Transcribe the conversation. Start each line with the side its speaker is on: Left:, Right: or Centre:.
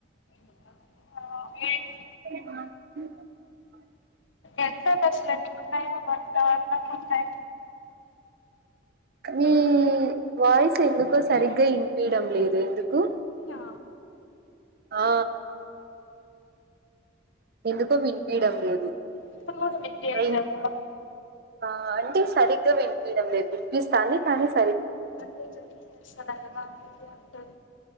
Left: <unintelligible>
Right: <unintelligible>
Left: ఎంత బస్లు ఇట్లన్నాయ అంత అందంగా ఉన్నాయి
Right: మీ వాయిస్ ఎందుకో సరిగ్గా ఇనిపియడం లేదు ఎందుకు
Left: ఆ
Right: ఆ ఎందుకో వినిపియడం లేదు
Left: ఇప్పుడు కూడా వినిపియ్యట్లేదా
Right: రైన్ ఆ అంటే సరిగ్గా వినిపియడం లేదు వినిపిస్తాంది కానీ స
Left: అంటే జర్నీ చేస్తండా కదా <unintelligible>